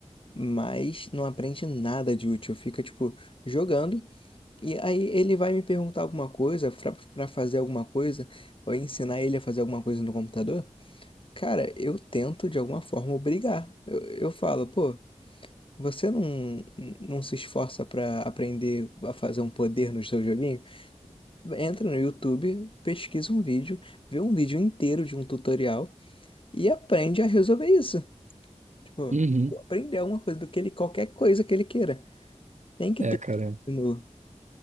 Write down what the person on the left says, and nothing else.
mas não aprende nada de útil, fica, tipo, jogando e aí ele vai me perguntar alguma coisa, pra pra fazer alguma coisa, ou ensinar ele a fazer alguma coisa no computador. Cara, eu tento de alguma forma obrigar. Eu, eu falo, pô, você não, não se esforça pra aprender a fazer um poder no seu joguinho? Entra no YouTube, pesquisa um vídeo, vê um vídeo inteiro de um tutorial e aprende a resolver isso. Tipo,
aprender alguma coisa do que ele, qualquer coisa que ele queira. Tem que
ter
estímulo.